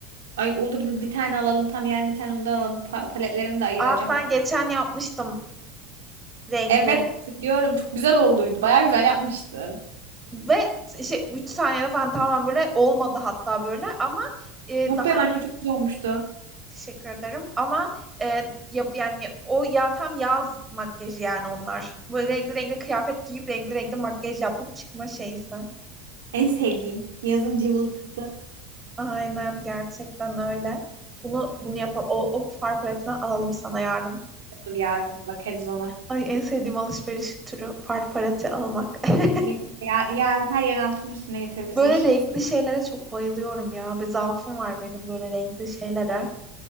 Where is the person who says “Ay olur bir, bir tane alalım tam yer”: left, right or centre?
Right